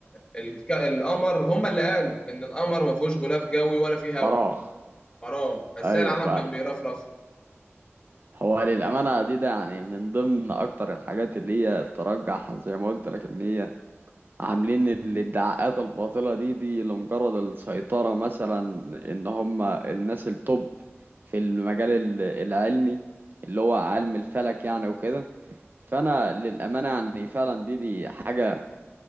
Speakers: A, on the left; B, on the right.
A: ال القمر هم اللي قالوا إن القمر ما فيهوش غلاف جوي ولا فيه
B: فراغ
A: هواء فراغ فإزاي
B: ايوه
A: العلم
B: فعلا
A: كان بيرفرف؟
B: هو للأمانة دي ده يعني من ضمن اكتر الحاجات اللي هي ترجح زي ما قلت لك ان هي عاملين ال- الدعاءات الباطلة دي دي لمجرد السيطرة مثلا ان هم الناس التوب في المجال ال- العلمي اللي هو علم الفلك يعني وكده فانا للأمانة يعني فعلا دي دي حاجة